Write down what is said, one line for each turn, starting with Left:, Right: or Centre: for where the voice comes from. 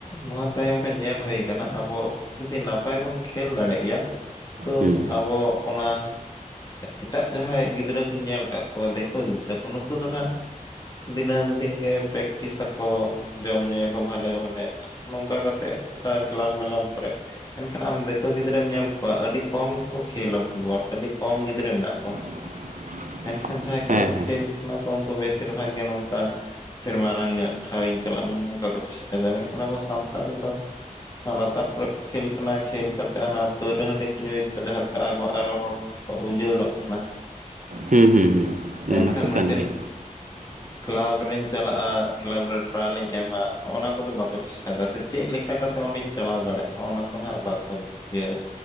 Left: ᱱᱚᱣᱟ ᱛᱟᱭᱚᱢ ᱨᱮ ᱧᱮᱞ ᱦᱩᱭ ᱟᱠᱟᱱᱟ ᱟᱵᱚ ᱡᱩᱫᱤ ᱱᱟᱯᱟᱭ ᱵᱚᱱ ᱠᱷᱮᱞ ᱫᱟᱲᱮᱜ ᱜᱮᱭᱟ ᱛᱚ
Right: ᱦᱮᱸ
Left: ᱟᱵᱚ ᱚᱱᱟ ᱮᱴᱟᱜ ᱡᱟᱦᱟᱸᱭ ᱜᱤᱫᱽᱨᱟᱹ ᱠᱩᱧ ᱧᱮᱞ ᱟᱠᱟᱫ ᱠᱚᱣᱟ ᱫᱤᱠᱩ ᱜᱤᱫᱽᱨᱟᱹ ᱠᱚ ᱱᱩᱠᱩ ᱫᱚ ᱦᱟᱸᱜ ᱫᱤᱱᱟᱹᱢ ᱫᱤᱱ ᱜᱮ ᱯᱨᱟᱠᱴᱤᱥ ᱟᱠ ᱠᱚ ᱡᱚᱢ ᱧᱩᱭᱟ ᱠᱚ ᱵᱷᱟᱞᱮ ᱵᱷᱟᱞᱮ ᱱᱚᱝᱠᱟ ᱠᱟᱛᱮᱜ ᱚᱱᱠᱟ ᱠᱞᱟᱵ ᱢᱮᱞᱟᱯ ᱠᱚᱨᱮ ᱢᱮᱱᱠᱷᱟᱱ ᱟᱢ ᱫᱮᱠᱳ ᱜᱤᱫᱽᱨᱟᱹᱢ ᱧᱮᱞ ᱠᱚᱣᱟ ᱟᱹᱰᱤ ᱠᱚᱢ ᱜᱮᱠᱚ ᱠᱷᱮᱞᱟ ᱯᱷᱩᱴᱵᱚᱞ ᱟᱹᱰᱤ ᱠᱚᱢ ᱜᱤᱫᱽᱨᱟᱹ ᱢᱮᱱᱟᱜ ᱠᱚᱣᱟ
Right: <unintelligible>
Left: ᱢᱮᱱᱠᱷᱟᱱ ᱡᱟᱦᱟᱸᱭ ᱠᱚ
Right: ᱦᱮᱸ ᱦᱮᱸ
Left: ᱠᱷᱮᱞ ᱠᱟᱱᱟ ᱠᱚ ᱩᱱᱠᱩ ᱵᱮᱥᱤᱨ ᱵᱷᱟᱜᱽ ᱜᱮ ᱱᱚᱝᱠᱟ ᱟᱹᱰᱤ ᱢᱟᱨᱟᱝ ᱧᱚᱜ ᱴᱷᱟᱶ ᱤᱧ ᱪᱟᱞᱟᱜ ᱢᱟ ᱱᱚᱝᱠᱟ ᱠᱚ ᱪᱮᱥᱴᱟᱭ ᱮᱫᱟ ᱢᱮᱱᱠᱷᱟᱱ ᱟᱵᱚ ᱥᱟᱱᱛᱟᱲ ᱫᱚ ᱞᱟᱛᱟᱨ ᱠᱚᱨᱮ ᱠᱷᱮᱞ ᱠᱟᱱᱟ ᱠᱷᱮᱞ ᱠᱟᱛᱮᱜ ᱚᱱᱟ ᱯᱟᱹᱣᱨᱟᱹ ᱦᱟᱺᱰᱤ ᱠᱚ ᱧᱩᱭᱮᱫᱟ ᱡᱟᱦᱟᱸᱛᱮ ᱟᱵᱚᱣᱟᱜ ᱟᱨᱚ ᱦᱚᱲ ᱩᱡᱟᱹᱲᱚᱜ ᱠᱟᱱᱟ
Right: ᱦᱩᱸ, ᱦᱩᱸ, ᱦᱩᱸ,
Left: ᱢᱮᱱᱠᱷᱟᱱ
Right: ᱚᱱᱟ ᱛᱚ ᱠᱟᱱ
Left: ᱢᱤᱫᱴᱮᱱ
Right: ᱜᱮᱭᱟ,
Left: ᱠᱞᱟᱵᱽ ᱨᱤᱧ ᱪᱟᱞᱟᱜᱼᱟ ᱠᱞᱟᱵᱽ ᱨᱮ ᱴᱨᱟᱭᱟᱞ ᱤᱧ ᱮᱢᱟ ᱱᱚᱜᱱᱟ ᱠᱚᱫᱚ ᱵᱟᱠᱚ ᱪᱮᱥ ᱪᱮᱥᱴᱟᱭᱫᱟ ᱥᱮ ᱪᱮᱫ ᱞᱮᱠᱟ ᱠᱟᱛᱮᱜ ᱚᱸᱰᱮᱧ ᱪᱟᱞᱟᱣ ᱫᱟᱲᱮᱭᱟᱜᱼᱟ ᱚᱱᱟ ᱠᱚ ᱱᱟᱜ ᱵᱟᱠᱚ ᱤᱭᱟᱹ